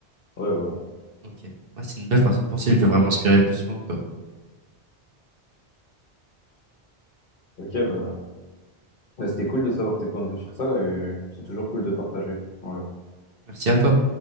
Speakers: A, on the left; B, on the right.
A: Ouais, voilà.
B: Ok. Ouais, c'est une belle façon de penser. Je devrais m'inspirer plus souvent de toi.
A: Ok, bah, bah, c'était cool de savoir tes points de vue sur ça, et c'est toujours cool de partager. Voilà.
B: Merci à toi.